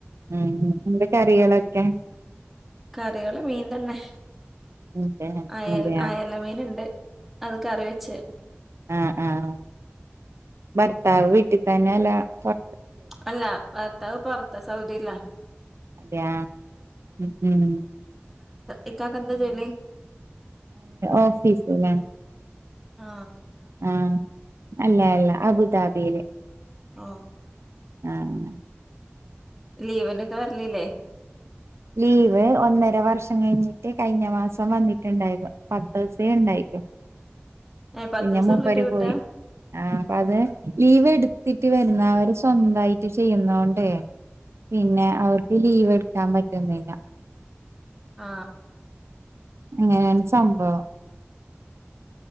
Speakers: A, on the right; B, in the centre.
A: ഉം എന്റെ കറികളൊക്കെ
B: കറികള് മീൻ തന്നെ
A: അതെ
B: അയ
A: അതെയാ
B: അയല മീൻ ഉണ്ട് അതൊക്കെ അറിവച്ചേ
A: ആഹ ആഹ ഭർത്താവ് വീട്ടിൽ തന്നെ അല്ലറ
B: അല്ല പത്ത പൊറത്ത സൗദില്ല
A: അത ഉ ഉം
B: എക്കകന്ത ജല്ല
A: ഓഫസല്ല
B: ആഹ
A: ആഹ അല്ല അല്ല അബുദാബിയില്
B: ആഹ
A: ആഹ
B: ലീവിനൊക്കെ വരലില്ലേ
A: ലീവ് ഒന്നര വ വർഷം കഴിഞ്ഞിട്ട് കഴിഞ്ഞ മാസം വന്നിട്ടുണ്ടായിരുന്നു പത്ത് ദിവസേ ഉണ്ടായിരിക്കും
B: ഏഹ് പത്ത്
A: പിന്നെ
B: ദിവസൊള്ളൂ
A: മൂപ്പര്
B: ലീവ്
A: പോയി
B: കിട്ടാ
A: ആ അപ്പൊ അത് ലീവ് എടുത്തിട്ട് എ വരുന്ന അവര് സ്വന്തായിട്ട് ചെയ്യുന്നോണ്ടേ പിന്നെ അവർക്ക് ലീവ് എടുക്കാൻ പറ്റുന്നില്ല
B: ആ
A: അങ്ങനെയാണ് സംഭവം